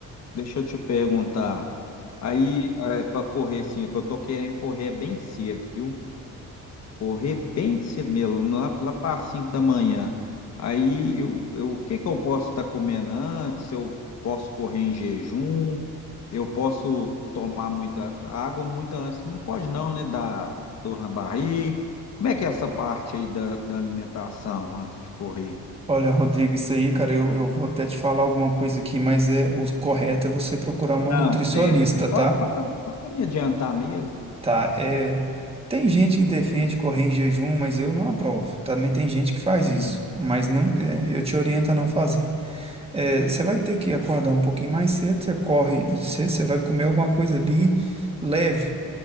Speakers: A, on the left; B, on the right.
A: deixa eu te perguntar. Aí, para correr, assim, o que eu tô querendo correr é bem cedo, viu? Correr bem cedo mesmo, lá, lá para 5 da manhã. Aí eu, eu- o que que eu posso estar comendo antes? Eu posso correr em jejum, eu posso tomar muita água muito antes. Não pode não, né? Dar dor na barriga. Como é que é essa parte aí da, da alimentação antes de correr?
B: Olha, Rodrigo, isso aí, cara, eu, eu vou até te falar alguma coisa aqui, mas é o correto é você procurar uma
A: Não,
B: nutricionista,
A: serve. É só,
B: tá?
A: só para me adiantar mesmo.
B: Tá, é, tem gente que defende correr em jejum, mas eu não aprovo. Também tem gente que faz
A: Sim.
B: isso, mas não, é, eu te oriento a não fazer. É, você vai ter que acordar um pouquinho mais cedo, você corre, você, você vai comer alguma coisa ali leve,